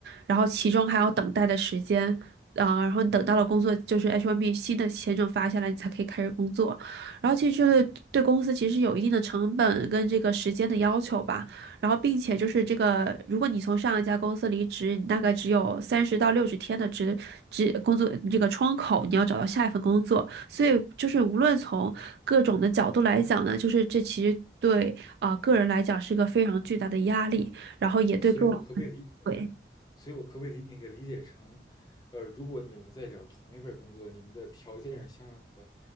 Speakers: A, on the right; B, on the left.
A: 然后其中还要等待的时间。啊、然后你等到了工作，就是 H1B 新的签证发下来，你才可以开始工作。然后其实对对公司其实有一定的成本跟这个时间的要求吧。然后并且就是这个，如果你从上一家公司离职，你大概只有三十到六十天的职职工作这个窗口，你要找到下一份工作。所以就是无论从各种的角度来讲呢，就是这其实对啊、呃个人来讲是个非常巨大的压力，然后也对个人对。
B: 所以我可不可以理呃，所以我可不可以理那个理解成，呃，如果你们在找同一份工作，你们的条件是相等的，